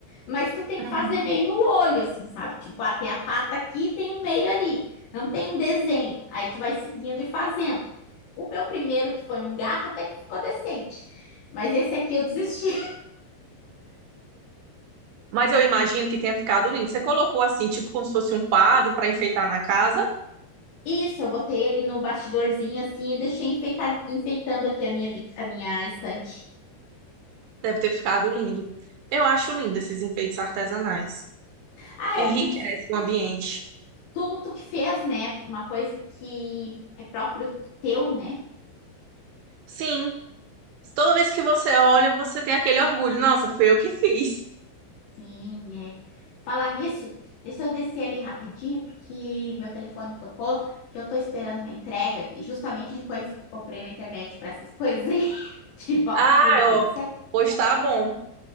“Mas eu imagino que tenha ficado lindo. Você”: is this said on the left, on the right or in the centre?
Right